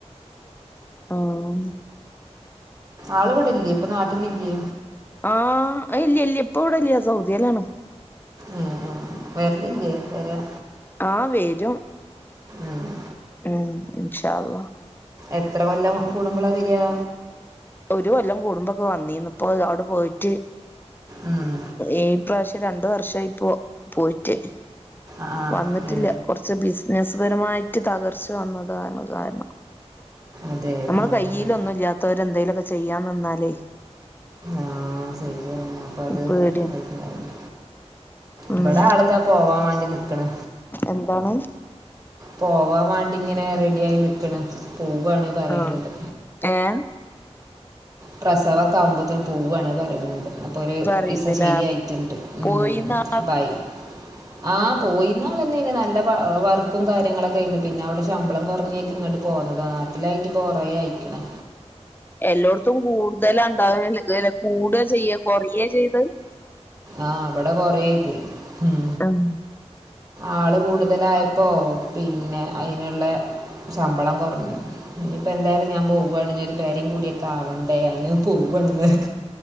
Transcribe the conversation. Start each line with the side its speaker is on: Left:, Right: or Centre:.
Left: ഉം
Right: ആള് ഇവടെല്ലെ ഇപ്പൊനാട്ടിലില്ലേ
Left: ആഹ് ഇല്ല ഇല്ല ഇപ്പ ഇവ്ടെ ഇല്ല സൗദ്യലാണ്
Right: ഏഹ് ആഹ് വെര്ലില്ലേ വരാ
Left: ആഹ് വെരും.
Right: ആഹ്
Left: ഉം ഇൻഷാഅള്ളാ
Right: എത്രകൊല്ലം കൂടുമ്പളാവെരാ
Left: ഒരു കൊല്ലം കൂടുമ്പൊക്കെ വന്നീന്നു ഇപ്പോ അവ്ടെ പോയിട്ട്
Right: ഉം.
Left: ഈപ്രാവ്ശ്യ രണ്ടുവർഷയിപ്പോ പോയിറ്റ്
Right: ആ ആ,
Left: വന്ന്ട്ടില്ല
Right: ഏ,
Left: കൊർച്ച് ബിസിനസ്പരമായിട്ട് തകർച്ചവന്നതാണ് കാര്ണം.
Right: അതെ
Left: നമ്മളെ
Right: ഉം.
Left: കയ്യീലൊന്നുഇല്ലാത്തോര് എന്തേലുക്കെ ചെയ്യാംനിന്നാലേ
Right: ആഹ് സെരിആണ് അപ്പൊ അത്
Left: പേടിയാണ്
Right: കഴ്ച്ചിലാവാന്
Left: ഉം
Right: ഇബടെ ആള്താ പോവാൻവാണ്ടി നിക്ക്ണ്
Left: എന്താണ്
Right: പോവാ വാണ്ടിങ്ങനെ റെഡിയായി നിക്ക്‌ണ് പോവാണ്. പറയുന്നുണ്ട്
Left: ആഹ്, ഏഹ്
Right: പ്രസവൊക്കെ ആവുമ്പത്ത്നും പോവാണ്ന്ന് പറീണ്ണ്ട് അപ്പൊരു
Left: പറയണ്ട്ല്ലേ
Right: വിസ ശരിയായിട്ട്ണ്ട്.
Left: പോയിന്നാ
Right: ഉം അപ്പയ് ആഹ് പോയീന്ന ആളെന്നേണ്. നല്ല വാ വർക്കും കാര്യങ്ങളൊക്കേന്നു. പിന്നെ അവടെ ശമ്പളം കുറഞ്ഞേക്കിങ്ങ്ട്ട് പോന്നതാ നാട്ടിലായിട്ട്പ്പോ കൊറേ അയ്ക്ക്‌ണ്.
Left: എല്ലോട്ത്തും കൂടുതലണ്ടാവല് ല്ലെ കൂടചെയ്യ കൊറയചെയ്തെ
Right: ആഹ് അവ്ടെ കൊറേയ്ത് ഉം
Left: ഉം
Right: ആള് കൂടുതലായപ്പോ പിന്നെ അയ്ന്ള്ളെ ശമ്പളം കൊറഞ്ഞു. ഇനിപ്പോ എന്തായാലും ഞാൻ പോവാണ് ഇനീയൊരു പെരീം കുടിയൊക്കെ ആവണ്ടേ അയ്ഞാന് പോവാണ്ന്ന്